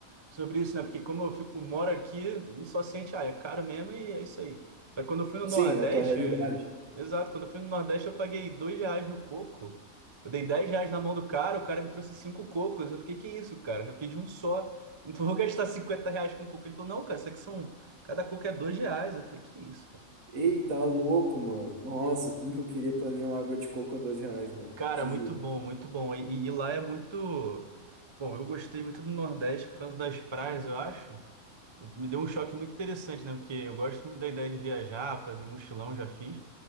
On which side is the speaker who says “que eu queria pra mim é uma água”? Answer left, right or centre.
Right